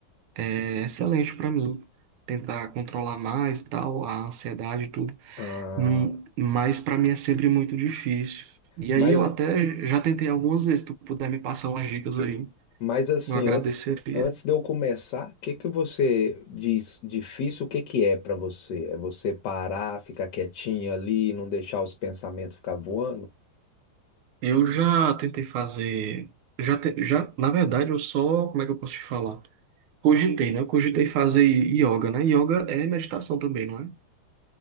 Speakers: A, on the right (about 80°); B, on the left (about 65°).
A: é, excelente pra mim tentar controlar mais, e tal, a ansiedade e tudo.
B: ah,
A: Hum, mas para mim é sempre muito difícil. E
B: mas,
A: aí eu até já tentei algumas vezes, se tu puder me passar umas dicas aí,
B: mas assim,
A: eu agradeceria.
B: antes, antes de eu começar, o que que você diz difícil? O que que é para você? É você parar, ficar quietinho ali, não deixar os pensamentos ficar voando?
A: Eu já tentei fazer, já, te- já, na verdade, eu só, como é que eu posso te falar? Cogitei, né? Eu cogitei fazer yoga, né? Yoga é meditação também, não é?